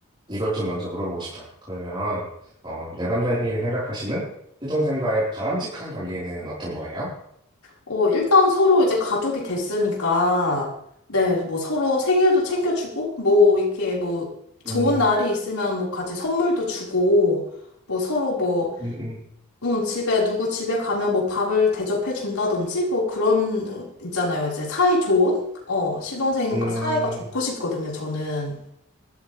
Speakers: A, on the right (about 20°); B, on the left (about 90°).
A: 이걸 좀 먼저 물어보고 싶어요. 그러면, 어, 내담자님이 생각하시는 시동생과의 바람직한 관계는 어떤 거예요?
B: 어, 일단 서로 이제 가족이 됐으니까, 네, 뭐 서로 생일도 챙겨주고, 뭐 이렇게 뭐 좋은
A: 음,
B: 날이 있으면 뭐 같이 선물도 주고, 뭐 서로 뭐
A: 음, 음,
B: 응, 집에, 누구 집에 가면 뭐 밥을 대접해 준다든지, 뭐 그런, 있잖아요. 이제 사이 좋은? 어, 시동생과
A: 음,
B: 사이가 좋고 싶거든요, 저는.